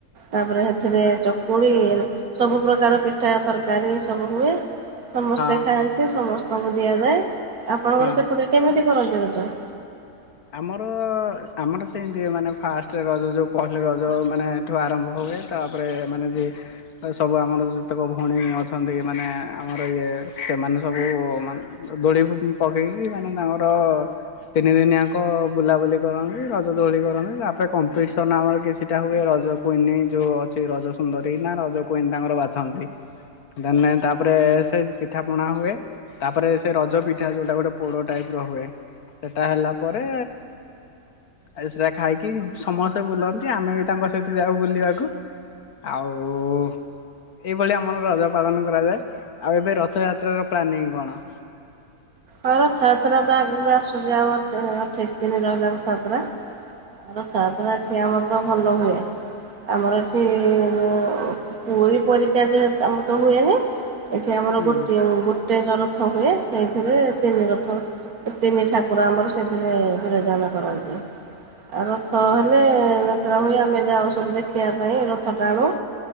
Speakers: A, on the right; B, on the left.
A: ତାପରେ ଫେରେ ଚକୁଳି ସବୁ ପ୍ରକାର ପିଠା ତରକାରୀ ସବୁ ହୁଏ। ସମସ୍ତେ
B: ହଁ
A: ଖାଆନ୍ତି ସମସ୍ତଙ୍କୁ ଦିଆଯାଏ ଆପଣଙ୍କର
B: ହଁ।
A: ସେପଟେ କେମିତି କରନ୍ତି ରଜ।
B: ଆମର ଆମର ସେମିତି ମାନେ ଫାଷ୍ଟ ରଜ ଯୋଉ ପହିଲି ରଜ ମାନେଠୁ ଆରମ୍ଭ ହୁଏ। ତାପରେ ମାନେ ଯେ ଏ ସବୁ ଆମର ଯେତେକ ଭଉଣୀ ଅଛନ୍ତି ମାନେ ଆମର ଇଏ ସେମାନେ ସବୁ ମାନେ ଦୋଳି ପକେଇକି ମାନେ ତାଙ୍କର ତିନି ଦିନିଆ ତାଙ୍କ ବୁଲାବୁଲି କରନ୍ତି ରଜ ଦୋଳି କରନ୍ତି ତାପରେ କମ୍ପିଟିସନ୍ ଆମର କିଛିଟା ହୁଏ ରଜ କୁଇନି ଯୋଉ ଅଛି ରଜ ସୁନ୍ଦରୀ ନା ରଜ କୁଇନ ତାଙ୍କର ବାଛନ୍ତି। ଦେନ ନେନ ତାପରେ ସେ ପିଠାପଣା ହୁଏ। ତାପରେ ସେ ରଜ ପିଠା ଯୋଉଟା ଗୋଟେ ପୋଡ ଟାଇପ ର ହୁଏ ସେଟା ହେଲା। ପରେ ଆଉ ସେଟା ଖାଇକି ସମସ୍ତେ ବୁଲନ୍ତି ଆମେ ବି ତାଙ୍କ ସହିତ ଯାଉ ବୁଲିବାକୁ। ଆଉ ଏଇଭଳିଆ ଆମର ରଜ ପାଳନ କରାଯାଏ ଆଉ ଏବେ ରଥଯାତ୍ରାର ପ୍ଲାନିଂ କଣ?
A: ହଁ ରଥଯାତ୍ରା ତ ଆଗୁରୁ ଆସୁଚି ଆଉ ଅଠେଇଶ ଦିନି ରହିଲା ରଥଯାତ୍ରା। ରଥଯାତ୍ରା ଏଠି ଆମର ତ ଭଲ ହୁଏ। ଆମର ଏଠି ପୁଇ ପରୀକା ଯେ ଆମର ତ ହୁଏନି। ଏଠି ଆମର
B: ହୁଁ
A: ଗୋଟଏ ଗୋଟେ ଜ ରଥ ହୁଏ ସେଇଥିରେ ତିନି ରଥ ତିନି ଠାକୁର ଆମର ସେଥିରେ ବିରଜାନ କରନ୍ତି। ଆଉ ରଥ ହେଲେ ଯାତ୍ରା ହୁଏ ଆମେ ଯାଉ ସବୁ ଦେଖିବା ପାଇଁ ରଥ ଟାଣୁ।